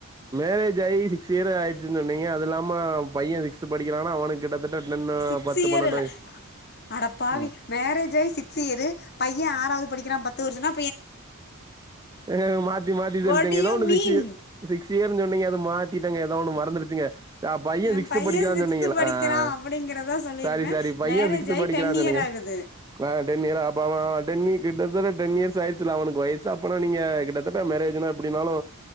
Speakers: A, on the right; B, on the left.
A: மேரேஜ் ஆகி சிக்ஸ் இயர் ஆயிடுச்சு சொன்னீங்க அது இல்லாம பையன் சிக்ஸ்த் படிக்கிறானா அவனு கிட்டத்தட்ட டென்னு
B: சிக்ஸ்
A: பத்து
B: இயர்
A: பன்னெண்டு
B: இல்ல
A: வயசு
B: அடப்பாவி
A: ம்.
B: மேரேஜ் ஆய் சிக்ஸ் இயரு பையன் ஆறாவது படிக்கிறா பத்து வருஷோனா
A: என்னங்க மாத்தி மாத்தி சொல்ட்டிங்க
B: வாட் டு
A: எதோ
B: யூ
A: ஒன்னு
B: மீன்
A: சிக்ஸு சிக்ஸ் இயர்ன்னு சொன்னீங்க அது மாத்திட்டங்க ஏதோ ஒன்னு மறந்துருச்சுங்க. ஆ பைய
B: என்
A: சிக்ஸ்த்
B: பையன்
A: படிக்கிறான்னு
B: சிக்ஸ்த்து
A: சொன்னீங்க
B: படிக்கிறான்
A: ஆ ஆ
B: அப்படிங்கிறதா சொல்லிடுவேன்
A: சாரி சாரி பைய
B: மேரேஜ்
A: சிக்ஸ்த்
B: ஆகி
A: படிக்கிறான்னு
B: டென் இயர்
A: சொன்னீங்க
B: ஆகுது
A: ஆ டென்னியர் அப்போ அவ டென் விக் கிட்டதட்ட டென்னியர்ஸ் <unintelligible> அவனுக்கு வயசு அப்பனா நீங்க கிட்டத்தட்ட மேரேஜ்னா எப்டினாலு